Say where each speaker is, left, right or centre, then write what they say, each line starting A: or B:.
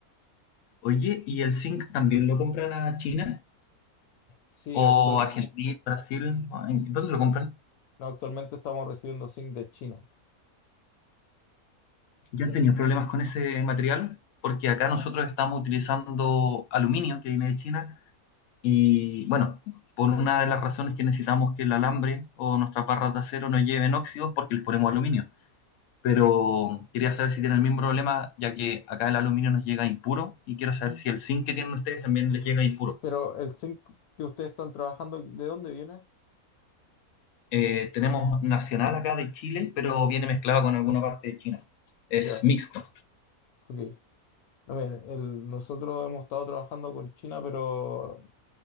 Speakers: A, on the left (about 65°); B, on the left (about 80°).
A: Oye, ¿y el zinc también lo compran a China
B: Sí,
A: o
B: actual,
A: Argentina, Brasil? ¿En- ¿Dónde lo compran?
B: no, actualmente estamos recibiendo zinc de China.
A: Yo he tenido problemas con ese material porque acá nosotros estamos utilizando aluminio que viene de China y bueno, por una de las razones que necesitamos que el alambre o nuestras barras de acero no lleven óxidos porque les ponemos aluminio. Pero quería saber si tienen el mismo problema ya que acá el aluminio nos llega impuro y quiero
B: Ujú.
A: saber si el zinc que tienen ustedes también les llega impuro.
B: Pero el zinc que ustedes están trabajando, ¿de dónde viene?
A: Eh, tenemos nacional acá de Chile, pero viene mezclado con alguna parte de China. Es
B: Ya,
A: mixto.
B: ok. No, mira, el- nosotros hemos estado trabajando con China, pero